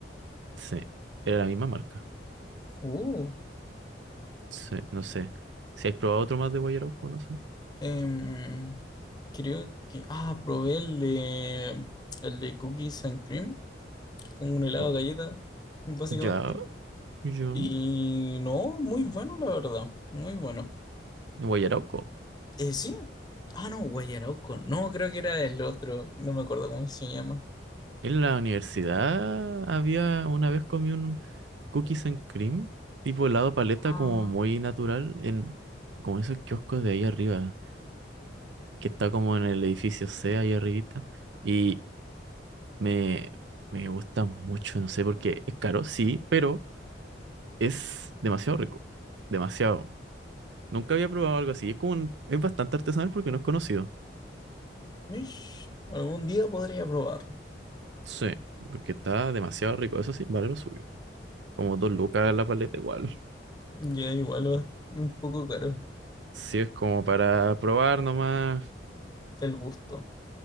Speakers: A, on the right; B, on the left.
A: Sí, era la misma marca.
B: Uh,
A: Sí, no sé. Si has probado otro más de guayarauco, no sé.
B: em, creo que... Ah, probé el de, el de cookies and cream. como un helado
A: Oh,
B: de galleta, <laughs> básicamente.
A: Ya, ya.
B: Y no, muy bueno, la verdad, muy bueno.
A: Guayarauco.
B: Eh, sí. Ah, no, Guayarauco. No, creo que era el otro, no me acuerdo cómo se llama.
A: En la universidad había una vez comí un cookies and cream, tipo helado de paleta
B: Ah,
A: como muy natural en como esos kioscos de ahí arriba. que está como en el edificio C ahí arribita y me, me gusta mucho, no sé por qué, es caro, sí, pero es demasiado rico, demasiado. Nunca había probado algo así, es como un- es bastante artesanal porque no es conocido.
B: mish, algún día podría probarlo.
A: Sí, porque está demasiado rico, eso sí, vale lo suyo. Como dos lucas la paleta igual. <laughs>
B: Ya igual va un poco caro
A: Sí, es como para probar nomás.
B: el gusto.